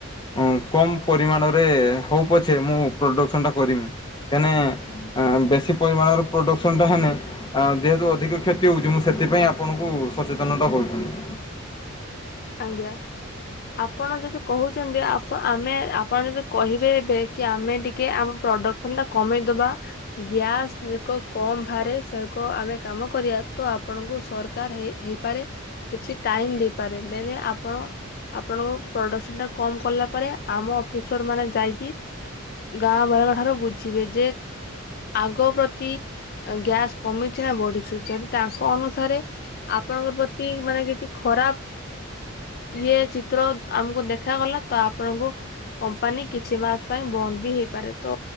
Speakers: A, on the left; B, on the left.
A: ହଁ କମ୍ ପରିମାଣରେ ହଉ ପଛେ ମୁଁ ପ୍ରଡ଼କ୍ସନ୍ଟା କରିମି ତେନେ
B: ହୁଁ
A: ବେଶୀ ପରିମାଣର ପ୍ରଡ଼କ୍ସନ୍ଟା ହେନେ ଆଉ ଯେହେତୁ ଅଧିକ କ୍ଷତି ହଉଛି ମୁଁ ସେଥିପାଇଁ ଆପଣଙ୍କୁ ସଚେତନତା କରୁଛି।
B: ଆଜ୍ଞା। ଆପଣ ଯଦି କହୁଛନ୍ତିପ ଆମେ ଆପଣ ଯଦି କହିବେ ଏବେ କି ଆମେ ଟିକେ ଆମ ପ୍ରଡକ୍ଟ ଟା କମେଇଦବା। ଗ୍ୟାସ ଏକ କମ ବାହାରେ ସେକ ଆମେ କାମ କରିବା ତ ଆପଣଙ୍କୁ ସରକାର ହେଇ ହେଇପାରେ କିଛି ଟାଇମ ଦେଇପାରେ ଦେନେ ଆପଣ ଆପଣଙ୍କ ପ୍ରଡକ୍ସନ ଟା କମ କଲା ପରେ ଆମ ଅଫିସର ମାନେ ଯାଇକି ଗାଁ ବେଳଙ୍କ ଠାରୁ ବୁଝିବେ ଯେ ଆଗ ପ୍ରତି ଗ୍ୟାସ୍ କମିଛି ନା ବଢିଛି ଯଦି ତାଙ୍କ ଅନୁସାରେ ଆପଣଙ୍କର ପ୍ରତି ମାନେ କିଛି ଖରାପ ଇଏ ଚିତ୍ର ଆମକୁ ଦେଖାଗଲା ତ ଆପଣଙ୍କୁ କମ୍ପାନୀ କିଛି ମାସ ପାଇଁ ବନ୍ଦ ବି ହେଇପାରେ ତ